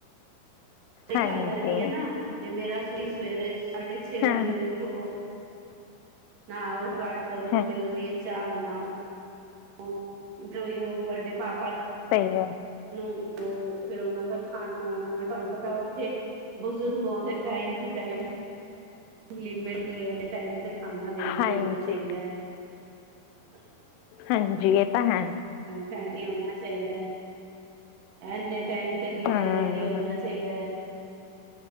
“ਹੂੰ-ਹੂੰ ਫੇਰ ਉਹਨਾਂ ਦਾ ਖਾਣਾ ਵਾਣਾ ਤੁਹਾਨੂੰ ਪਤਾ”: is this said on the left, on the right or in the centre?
Right